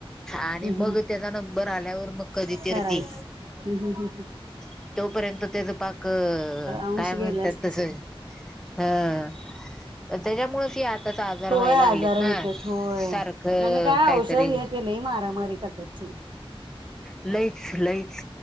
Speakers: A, in the centre; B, on the right.
A: आणि
B: हम्म
A: मग त्याचा नंबर बर आल्यावर म कधी तर
B: करायचं
A: ती
B: हम्म
A: मग तोपरेंत त्येझ पाक हअ
B: अंश
A: काय म्हणत्यात
B: गेले असते
A: तस
B: सगळे
A: ह त्याच्यामुळेच हे आताच आजार
B: होय
A: व्हायला
B: आजारा
A: लागलेत ना
B: होत्यात होय
A: सारखं
B: आणि काय
A: काहीतरी
B: औषध हे ते लई मारामारी करत्यात
A: लईच लईच